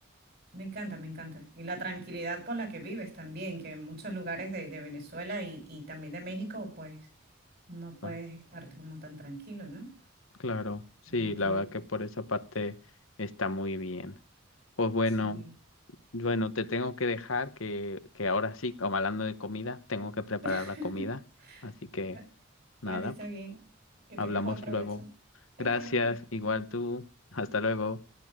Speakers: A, on the right (about 50°); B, on the left (about 80°).
A: Me encanta, me encanta. Y la tranquilidad con la que vives también, que en muchos lugares de, de Venezuela y, y también de México, pues no puedes
B: Ah,
A: estar como tan tranquilo, ¿no?
B: claro, sí,
A: Como aquí.
B: la verdad que por esa parte está muy bien. Pues bueno,
A: Sí.
B: bueno, te tengo que dejar que, que ahora sí, como hablando de comida, tengo que preparar
A: <laughs>
B: la comida, así que
A: Vale,
B: nada.
A: vale, está bien. Que
B: Hablamos
A: tengas buen provecho.
B: luego.
A: Ok.
B: Gracias,
A: vale.
B: igual tú. Hasta luego.